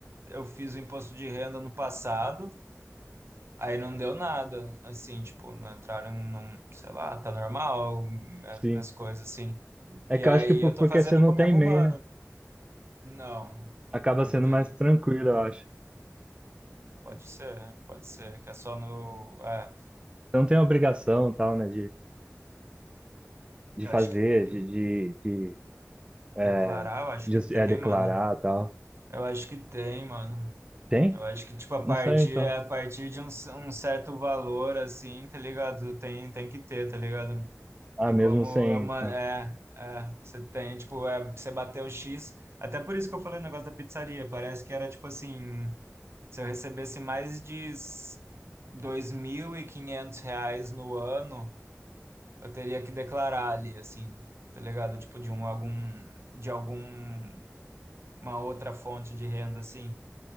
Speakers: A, on the right; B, on the right.
A: eu fiz o imposto de renda no passado, aí não deu nada. Assim, tipo, não entraram num, sei lá, tá normal, é,
B: Sim.
A: minhas coisas, assim. E
B: É que
A: aí
B: eu acho que por-
A: eu tô
B: porque
A: fazendo
B: você não
A: com o
B: tem
A: mesmo
B: MEI,
A: humano.
B: né?
A: Não,
B: Acaba
A: não
B: sendo
A: tem.
B: mais tranquilo, eu acho.
A: Pode ser, pode ser, que é só no. É,
B: Você não tem obrigação, tal, né? de
A: eu
B: fazer,
A: acho que tem.
B: de, de, de, é,
A: Declarar, eu acho
B: de
A: que tem,
B: é, declarar
A: mano.
B: e tal.
A: Eu acho que tem, mano.
B: Tem?
A: Eu acho que, tipo, a
B: Não
A: partir,
B: sei, então.
A: a partir de um, c- um certo valor, assim, tá ligado? Tem, tem que ter, tá ligado?
B: Ah,
A: E
B: mesmo
A: como
B: sem.
A: é uma,
B: Ah,
A: é, é, você tem, tipo, é, você bateu o X, até por isso que eu falei o negócio da pizzaria, parece que era, tipo, assim, se eu recebesse mais de s- 2.500 reais no ano, eu teria que declarar ali, assim, tá ligado? Tipo, de um, algum, de alguma outra fonte de renda, assim.